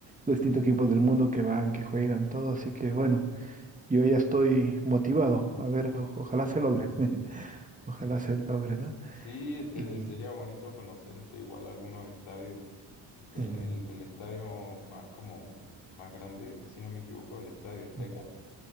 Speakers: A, on the right (about 15°); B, on the left (about 75°).
A: los distintos equipos del mundo que van, que juegan, todo. Así que bueno, yo ya estoy motivado. A ver, o- ojalá se logre. <laughs> Ojalá se logre, ¿no?
B: Sí, este,
A: Y.
B: sería bonito conocer este, igual algunos estadios. Este,
A: mm,
B: el, el estadio más como más grande, si no me equivoco, el Estadio Azteca,
A: mm,